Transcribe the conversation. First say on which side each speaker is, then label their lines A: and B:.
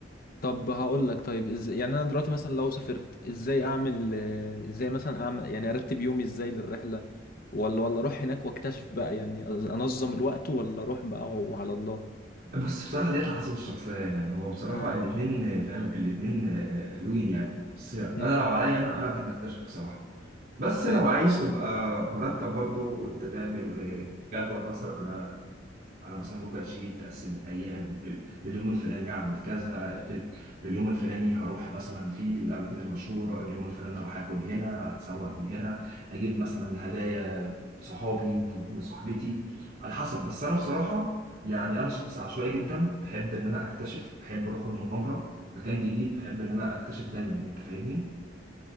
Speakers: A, on the left; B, on the right.
A: طب هقول لك طيب إز... يعني انا دلوقتي مثلا لو سافرت ازاي اعمل آه، ازاي مثلا اعمل يعني ارتب يومي ازاي للرحلة ولا ولا اروح هناك واكتشف بقى يعني انظم الوقت ولا اروح بقى وعلى الله
B: بص بصراحة ديت على حسب الشخصية يعني هو بصراحة
A: اه
B: الاتنين فاهم الاتنين آه، حلوين يعني بس أنا
A: امم
B: لو عليا أنا أنا بحب أكتشف بصراحة بس
A: فاهم
B: لو عايز تبقى مرتب برضو وأنت تعمل آه، جدول مثلا على مثلا جوجل شيت تقسم الايام ال- اليوم الفلاني هعمل كذا ال- اليوم الفلاني هروح مثلا في الاماكن المشهوره اليوم الفلاني هروح اكل هنا اتسوق من هنا اجيب مثلا هدايا صحابي و- وصاحبتي على حسب بس انا بصراحه يعني انا شخص
A: فاهم
B: عشوائي جدا بحب ان انا اكتشف بحب روح المغامره مكان جديد بحب ان انا اكتشف دايما انت فاهمني